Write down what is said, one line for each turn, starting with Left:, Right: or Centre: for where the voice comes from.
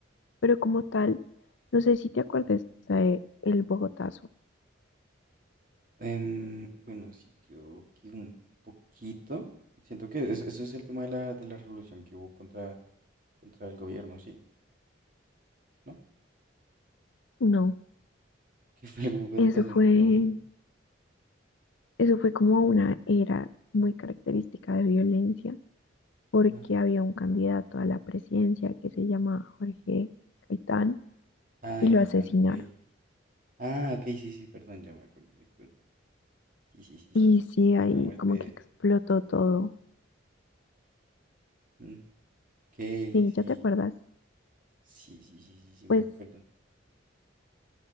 Left: pero como tal, no sé si te acuerdas de el Bogotazo.
Right: Em, bueno, sí, creo que un poquito. Siento que eso, eso es el tema de la, de la revolución que hubo contra, contra el gobierno, sí, ¿no?
Left: No,
Right: <laughs> Que fue el Bogotá
Left: eso
Right: entonces.
Left: fue, eso fue como una era muy característica de violencia porque
Right: Ah,
Left: había un candidato a la presidencia que se llama Jorge Caitán
Right: ah, de
Left: y lo
Right: Gaitán,
Left: asesinaron.
Right: ok. Ah, ok, sí, sí, perdón, ya me acordé, disculpa. Sí, sí, sí,
Left: Y
Right: sí, sí,
Left: sí,
Right: que por
Left: ahí
Right: la muerte
Left: como
Right: de...
Left: que explotó todo.
Right: Mm, Ok,
Left: Sí, ¿ya
Right: sí,
Left: te acuerdas?
Right: sí, sí, sí, sí, sí, me
Left: Pues,
Right: acuerdo.